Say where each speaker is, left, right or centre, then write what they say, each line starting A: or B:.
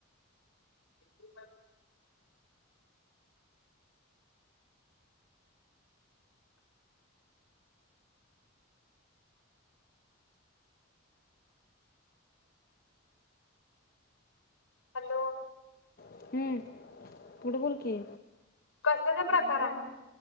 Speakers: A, on the left (about 70°); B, on the left (about 40°).
A: एक <inaudible> हॅलो.
B: हम्म, पुढं बोल की.
A: कशाचा प्रकार आहे.